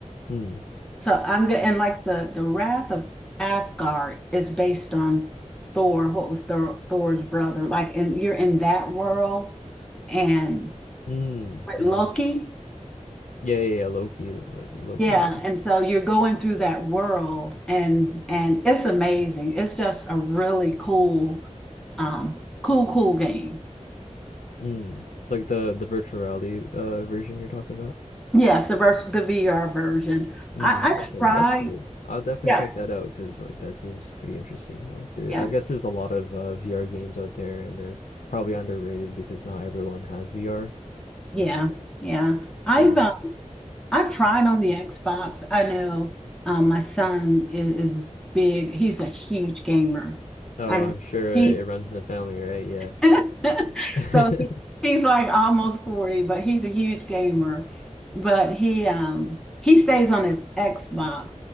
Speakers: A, on the left; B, in the centre.
A: Mm.
B: so I'm good. And like the the Wrath of Asgard is based on Thor. What was Thor, Thor's brother? Like, and you're in that world, and
A: Mm. hmm
B: with
A: Mm-hmm.
B: Loki.
A: Yeah, yeah, yeah, Loki, Loki, Loki,
B: Yeah,
A: yeah.
B: and so you're going through that world and and it's amazing. It's just a really cool um cool cool game
A: Mm. Like the the virtual reality uh version you're talking about.
B: yes the vers the vr version
A: Mm,
B: i
A: okay,
B: i tried
A: that's cool. I'll definitely
B: yeah
A: check that out because like that seems pretty interesting. Like there,
B: yeah
A: I guess there's a lot of uh, VR games out there, and they're probably underrated because not everyone has VR. So
B: yeah yeah i've
A: yeah.
B: uh, i've tried on the xbox i know um my son is, is big he's a huge gamer
A: Oh,
B: and
A: I'm sure
B: he's
A: it runs in the family, right? Yeah.
B: <laughs>
A: <laughs>
B: So he, he's like almost 40, but he's a huge gamer. But he um he stays on his Xbox.